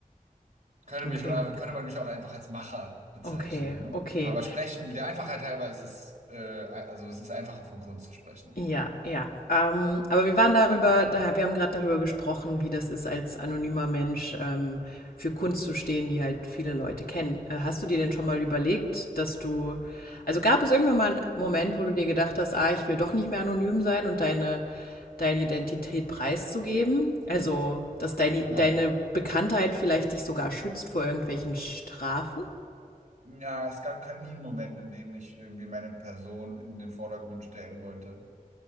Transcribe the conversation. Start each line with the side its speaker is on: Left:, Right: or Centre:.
Right: könnte
Left: Okay,
Right: mich, äh, könnte man mich auch einfach als Macher bezeichnen,
Left: okay,
Right: ne?
Left: okay.
Right: Aber sprechen, der Einfachheit halber ist es, äh, also es ist einfacher von Kunst zu sprechen.
Left: Ja, ja. Ähm, aber wir waren darüber, da, wir haben gerade darüber gesprochen, wie das ist, als anonymer Mensch ähm, für Kunst zu stehen, die halt viele Leute kennen. Äh, hast du dir denn schon mal überlegt, dass du, also gab es irgendwann mal einen Moment, wo du dir gedacht hast, ah, ich will doch nicht mehr anonym sein und deine, deine Identität preiszugeben? Also, dass deine,
Right: Hm, Nein.
Left: deine Bekanntheit vielleicht dich sogar schützt vor irgendwelchen Strafen,
Right: Ja, es gab kein- nie einen Moment, in dem ich irgendwie meine Person in den Vordergrund stellen wollte.